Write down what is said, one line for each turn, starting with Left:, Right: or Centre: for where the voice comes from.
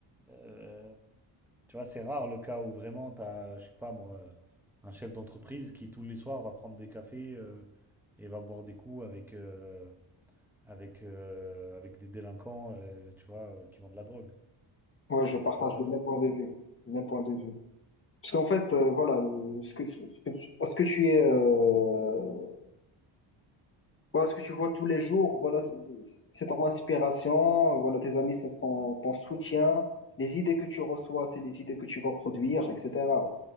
Centre: Euh, tu vois, c'est rare le cas où vraiment t'as, je sais pas moi, euh, un chef d'entreprise qui tous les soirs va prendre des cafés euh, et va boire des coups avec. euh, avec, euh, avec des délinquants, euh, tu vois, euh, qui vendent de la drogue.
Left: Ouais,
Centre: Ça
Left: je partage
Centre: n'existe pas.
Left: le même point de vue, le même point de vue. Parce qu'en fait, euh, voilà, le- ce que, ce que, tu- ce que tu es, euh, voilà, ce que tu vois tous les jours, voilà, c'est c'est ton inspiration, voilà, tes amis, ce sont ton soutien, les idées que tu reçois, c'est les idées que tu vas produire, etc.